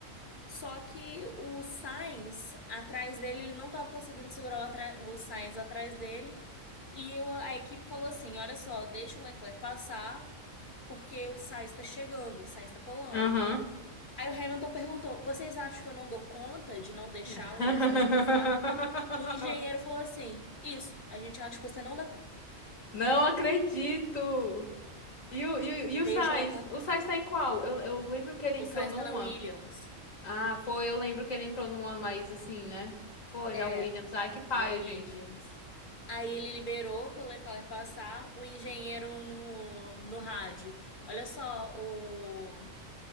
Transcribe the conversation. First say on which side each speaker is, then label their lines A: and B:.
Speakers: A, on the left; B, on the left.
A: Só que o Sainz atrás dele, ele não estava conseguindo segurar o, atra- o Sainz atrás dele. E o- a equipe falou assim: olha só, deixa o Leclerc passar, porque o Sainz está chegando, o Sainz está colando.
B: Aham.
A: Aí o Hamilton perguntou: vocês acham que eu não dou conta de não deixar
B: <laughs>
A: o Sainz passar? O engenheiro falou assim: isso, a gente acha que você não dá conta.
B: Não acredito! E o, e, o, e
A: Deixa
B: o Sainz?
A: o Leclerc.
B: O Sainz tá em qual? Eu, eu lembro que ele
A: O
B: entrou
A: Sainz
B: numa.
A: está na Williams.
B: Ah, foi, eu lembro que ele entrou numa, mas assim, né? Foi
A: É,
B: na Williams. Ai, que paia,
A: na Williams.
B: gente.
A: Aí ele liberou para o Leclerc passar, o engenheiro no, no rádio. Olha só, o,